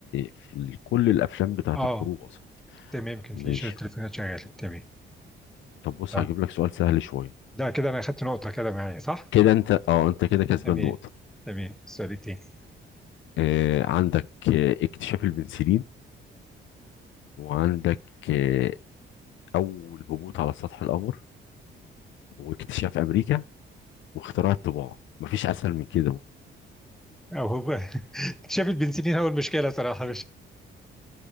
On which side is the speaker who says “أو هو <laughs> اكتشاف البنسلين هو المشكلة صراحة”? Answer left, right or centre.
Centre